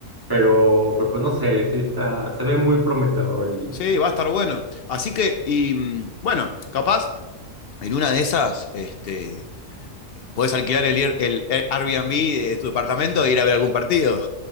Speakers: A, on the right; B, on the left.
A: pero, pero, pues no sé, sí está, se ve muy prometedor y,
B: Sí, va a estar bueno. Así que, y mm, bueno, capaz en una de esas, este, podés alquilar el, ir- el Air- Airbnb de tu departamento e ir a ver algún partido.